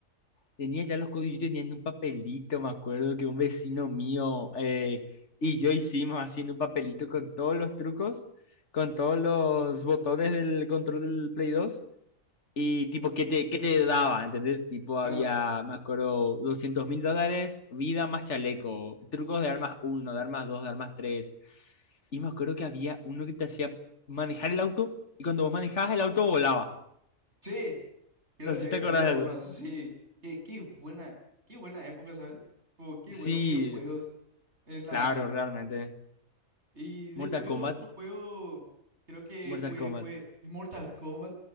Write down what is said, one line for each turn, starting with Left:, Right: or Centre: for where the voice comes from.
Left: Tenía ya los códigos. Yo tenía en un papelito, me acuerdo que un vecino mío eh, y yo hicimos haciendo un papelito con todos los trucos, con todos los botones del control del Play dos Y tipo, ¿qué te, qué te daba? ¿Entendés? Tipo,
Right: Claro.
Left: había, me acuerdo, doscientos mil dólares, vida más chaleco, trucos de armas uno de armas dos de armas tres Y me acuerdo que había uno que te hacía manejar el auto y cuando vos manejabas el auto volaba.
Right: Sí, creo,
Left: No
Right: eh,
Left: sé si te acordás
Right: había
Left: de
Right: uno
Left: eso.
Right: así. Qué, qué buena, qué buena época, ¿sabes? Tipo, qué
Left: Sí,
Right: buenos videojuegos en las
Left: claro,
Right: eh,
Left: realmente.
Right: y después
Left: Mortal Kombat,
Right: otro juego, creo que
Left: Mortal
Right: jugué
Left: Kombat.
Right: fue Mortal Kombat.